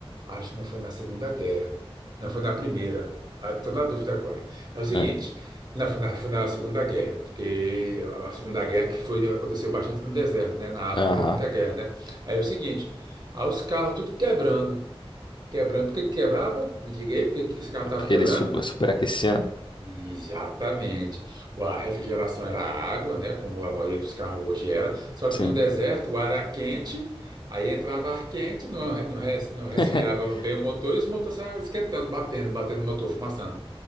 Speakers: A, on the right; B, on the left.
A: Acho que não foi na Segunda Guerra. Não, foi na Primeira. Estou na dúvida agora. É o seguinte,
B: Ah,
A: não, foi na, foi na Segunda Guerra, porque a Segunda Guerra que foi, aconteceu bastante no deserto, né? Na África
B: aham.
A: teve muita guerra, né? Aí é o seguinte, aí os carros tudo quebrando. Quebrando, por que que quebrava? Me diga aí, por que que os carros estavam
B: Porque
A: quebrando?
B: ele super, superaquecia, né?
A: Exatamente. O- A refrigeração era água, né? Como a maioria dos carros hoje era. Só que
B: Sim.
A: no deserto o ar era quente, aí entrava ar quente, não, não, res- não resfriava
B: <laughs>
A: bem o motor e os motores saiam esquentando, batendo, batendo o motor, fumaçando.